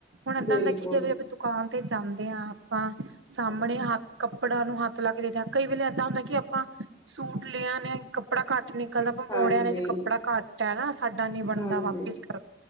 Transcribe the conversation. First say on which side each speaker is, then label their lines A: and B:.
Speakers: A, on the right (about 80°); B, on the left (about 20°).
A: ਹੁਣ ਏਦਾਂ
B: ਬਿਲਕੁਲ
A: ਦਾ ਕਿ ਜ ਦੁਕਾਨ ਤੇ ਜਾਂਦੇ ਹਾਂ ਆਪਾਂ, ਸਾਹਮਣੇ ਹੱਥ ਕੱਪੜਾ ਨੂੰ ਹੱਥ ਲਾ ਕੇ ਦੇ ਦਿਆ, ਕਈ ਵੇਲੇ ਏਦਾਂ ਹੁੰਦਾ ਕਿ ਆਪਾਂ ਸੂਟ ਲਿਆ ਨੇ ਕੱਪੜਾ ਘੱਟ ਨਿਕਲਦਾ ਪਰਾਂ
B: ਹਾਂਜੀ
A: ਮੋੜਿਆਂ ਨੇ ਜੇ ਕੱਪੜਾ ਘੱਟ ਹੈ ਨਾ ਸਾਡਾ ਨੀ ਬਣਦਾ
B: ਹਾਂਜੀ
A: ਵਾਪਿਸ ਕਰ